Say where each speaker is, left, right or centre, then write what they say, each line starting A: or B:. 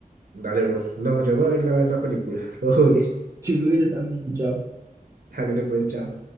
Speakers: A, on the right (about 70°); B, on the right (about 20°).
A: Dale, bro. No, yo me voy a ir a ver la película. <laughs> Todo bien.
B: Yo creo que yo también, chao.
A: Hágale pues, chao.